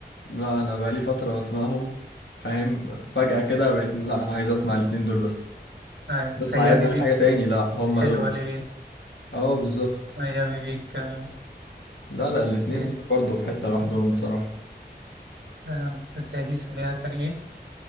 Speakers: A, on the left; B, on the right.
A: لا انا بقالي فتره بسمعهم فاهم فجاه كده بقيت لا انا عايز اسمع الاتنين دول بس
B: أيوة
A: بسمع
B: أيامي
A: يا ابني أي
B: بيك
A: حاجه تاني لا هم
B: حلوة
A: دول
B: لإليس
A: اه بالظبط
B: أيامي بيك آه
A: لا لا الاتنين
B: إيه،
A: دول برضه في حته لوحدهم بصراحه
B: آه، بس هي دي سريعة كان إيه